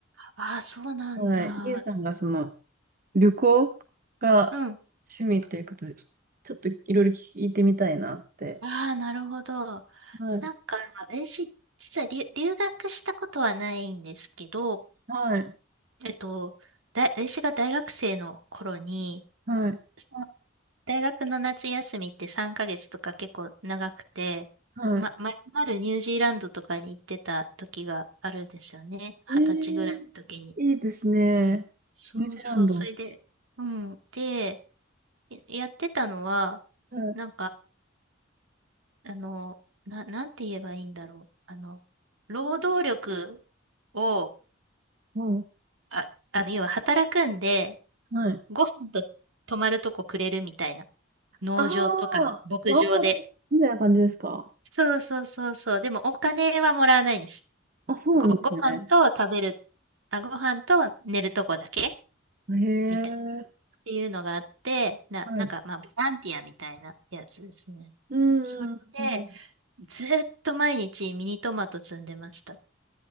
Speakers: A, on the right; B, on the right.
A: ああ、そうなんだ。
B: はい。リエさんがその、旅行が
A: うん。
B: 趣味ということで、ちょっといろいろ聞いてみたいなって。
A: ああ、なるほど。
B: はい。
A: なんか、私、実は留、留学したことはないんですけど、
B: はい。
A: えっと、だ、私が大学生の頃に、
B: はい。
A: さ大学の夏休みって3ヶ月とか結構長くて、
B: はい。
A: ま、まるまるニュージーランドとかに行ってた時があるんですよね。二十歳ぐらいの時に。
B: えー、いいですね。
A: そうそう、
B: ニュージーランド。
A: それで、うん。で、やってたのは、
B: はい。
A: なんか、あの、な、なんて言えばいいんだろう。あの、労働力を、
B: は
A: あ、あの、要は働くんで、
B: はい。
A: ご飯と泊まるとこくれるみたいな。農場とか牧場で。
B: ああ、ワーホリみたいな感じですか
A: そうそうそうそう。でもお金はもらわないんです。
B: あ、そうなんですね。
A: ご、ご飯と食べる、あ、ご飯と寝るとこだけ
B: へえ。
A: みたいな。っていうのがあって、な、
B: はい。
A: なんか、まあ、ボランティアみたいなやつですね。
B: うんうんうん。
A: それで、ずっと毎日ミニトマト摘んでました。